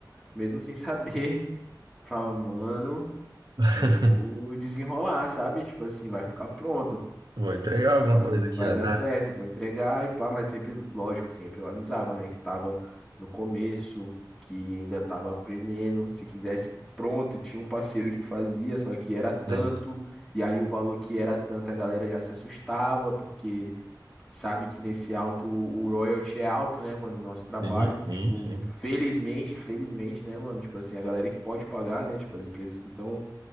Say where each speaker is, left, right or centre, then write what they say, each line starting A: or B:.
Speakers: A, in the centre; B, on the right.
A: mesmo sem saber, <laughs> falava, mano,
B: <laughs>
A: eu vou desenrolar, sabe? Tipo assim, vai ficar pronto,
B: Vou entregar alguma
A: vai,
B: coisa aqui,
A: vai
B: azar.
A: dar certo, vou entregar e pá, mas sempre, lógico, sempre eu avisava, né, que tava no começo, que ainda tava aprendendo, se quisesse pronto, tinha um parceiro que fazia, só que era tanto,
B: Sim,
A: e aí o valor que era tanto, a galera já se assustava, porque sabe que nesse alto o royalty é alto, né, mano? Nosso trabalho,
B: sim, sim.
A: tipo,
B: sim.
A: felizmente, felizmente, né, mano? Tipo assim, a galera que pode pagar, né? Tipo, as empresas que estão